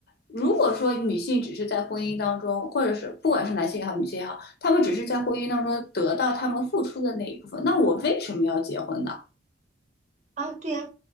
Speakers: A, on the left; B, on the right.
A: 如果说女性只是在婚姻当中，或者是不管是男性也好，女性也好，他们只是在婚姻当中得到他们付出的那一部分，那我为什么要结婚呢？
B: 啊，对呀，